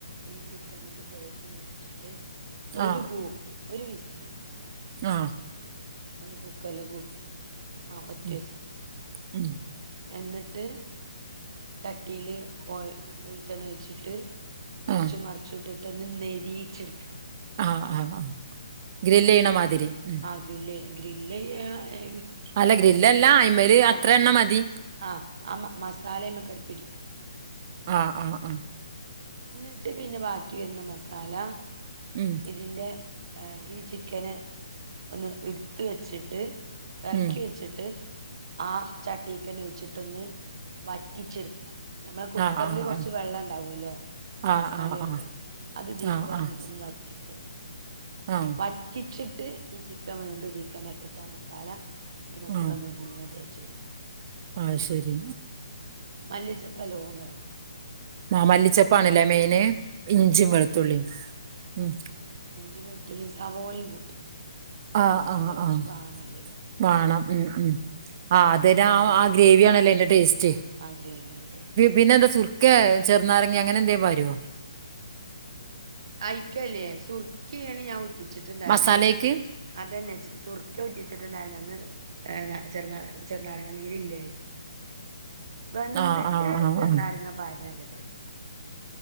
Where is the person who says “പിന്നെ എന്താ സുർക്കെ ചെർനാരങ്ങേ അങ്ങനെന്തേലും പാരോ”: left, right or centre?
Right